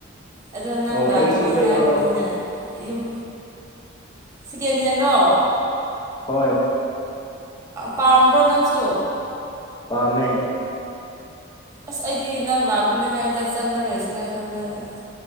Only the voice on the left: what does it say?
ꯑꯣ
ꯑꯩꯒꯤꯁꯨ ꯈꯔ
ꯌꯥꯎꯔꯛꯑꯣ
ꯍꯣꯏ
ꯄꯥꯥꯝꯃꯦ